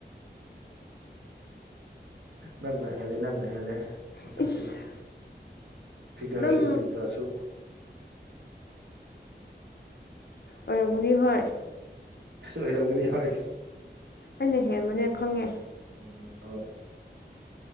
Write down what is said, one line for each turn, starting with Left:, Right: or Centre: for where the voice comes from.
Right: ꯅꯪꯅꯍꯦꯜꯂꯦ ꯅꯪꯅ ꯍꯦꯜꯂꯦ ꯃꯁꯛꯇꯤ
Left: ꯏꯁ
Right: ꯐꯤꯒꯔꯁꯨ
Left: ꯅꯪ
Right: ꯀꯔꯤ ꯀꯔꯥꯁꯨ
Left: ꯑꯣꯔꯪꯒꯅꯤ ꯍꯣꯏ
Right: ꯑꯁ ꯑꯣꯏꯔꯝꯒꯅꯤ ꯍꯣꯏ
Left: ꯑꯩꯅ ꯍꯦꯟꯕꯅꯦ ꯈꯪꯉꯦ
Right: ꯎꯝ ꯍꯣꯏ